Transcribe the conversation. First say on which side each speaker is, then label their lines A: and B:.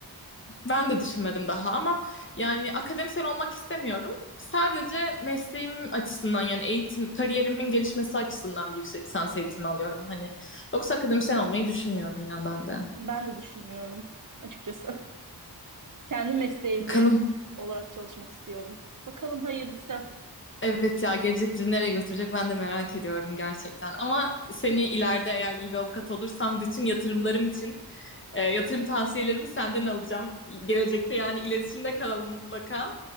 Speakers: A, on the left; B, on the right.
A: Ben de düşünmedim daha ama yani akademisyen olmak istemiyorum. Sadece mesleğim açısından yani eğitim, kariyerimin gelişmesi açısından bir yüksek lisans eğitimi alıyorum hani. Yoksa akademisyen olmayı düşünmüyorum yani ben de.
B: Ben de düşünmüyorum açıkçası. Kendi mesleğimde
A: Bakalım.
B: olarak çalışmak istiyorum. Bakalım hayırlısı.
A: Evet ya gelecek bizi nereye götürecek ben de merak ediyorum gerçekten. Ama seni ileride eğer iyi bir avukat olursam bütün yatırımlarım için e, yatırım tavsiyelerimi senden alacağım. Gelecekte yani iletişimde kalalım mutlaka.